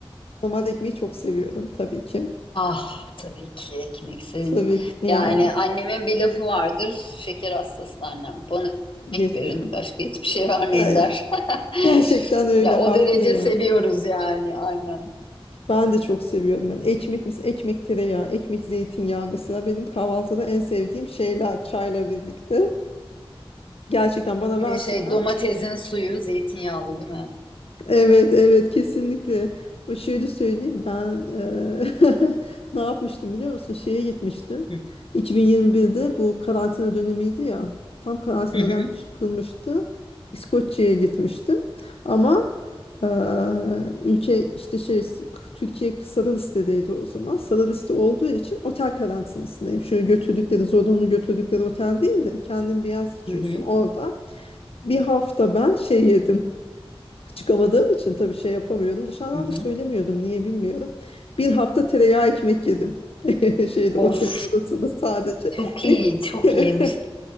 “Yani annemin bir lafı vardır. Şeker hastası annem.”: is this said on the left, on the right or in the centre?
Left